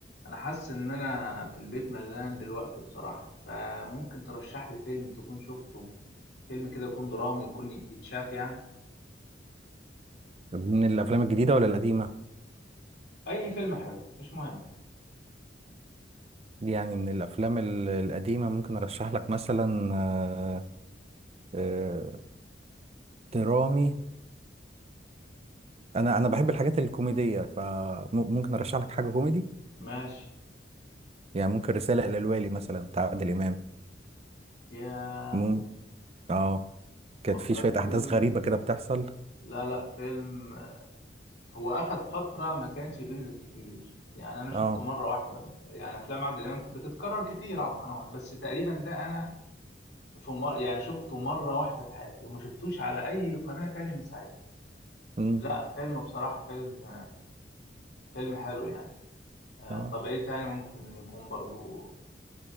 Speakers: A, on the left (about 70°); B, on the right (about 35°).
A: انا حاسس ان انا في البيت ملان دلوقتي بصراحة فممكن ترشح لي فيلم تكون شفته فيلم كده يكون درامي يكون يتشاف يعني
B: من الافلام الجديده ولا القديمه
A: اي فيلم حلو مش مهم
B: يعني من الافلام ال- القديمه ممكن ارشح لك مثلا آه، آه، درامي انا انا بحب الحاجات الكوميديه فممكن ارشح لك حاجه كوميدي
A: ماشي
B: يعني ممكن رساله الى الوالي مثلا بتاع عادل امام
A: يا
B: مم. اه كانت
A: فكرتني
B: في شويه احداث غريبه كده بتحصل
A: لا لا فيلم هو اخد فترة ما كانش بينزل كتير يعني انا
B: اه
A: شفته مرة واحدة يعني افلام عادل امام بتتكرر كتير على القنوات بس تقريبا ده انا في مر... يعني شفته مرة واحدة في حياتي وما شفتوش على اي قناة تاني من ساعتها
B: مم.
A: لا فيلم بصراحة فيلم فيلم حلو يعني آه،
B: اه
A: طب ايه تاني ممكن يكون برضو